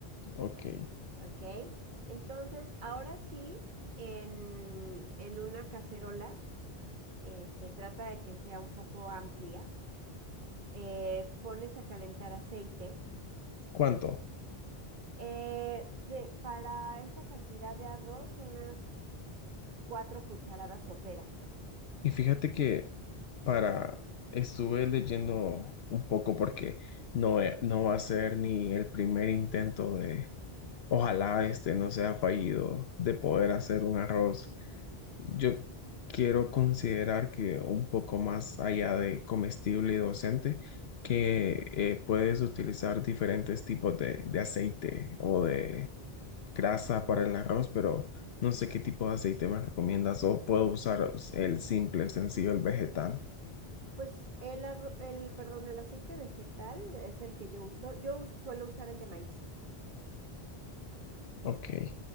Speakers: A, on the left (about 75°); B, on the right (about 50°).
A: Ok.
B: ¿ok? Entonces, ahora sí, en, en una cacerola, este, trata de que sea un poco amplia, eh, pones a calentar aceite.
A: ¿Cuánto?
B: eh, de- para esta cantidad de arroz, unas cuatro cucharadas soperas.
A: Y fíjate que para, estuve leyendo un poco porque no, e- no va a ser ni el primer intento de, ojalá este no sea fallido, de poder
B: Ujú.
A: hacer un arroz. Yo quiero considerar que un poco más allá de comestible y docente, que
B: Ujú.
A: eh, puedes utilizar diferentes tipos de, de aceite o de grasa para el arroz, pero no sé qué tipo de aceite me recomiendas o puedo usar el simple, el sencillo, el vegetal.
B: Pues el, arro- el, perdón, el aceite vegetal es el que yo uso. Yo us- suelo usar el de maíz.
A: Ok.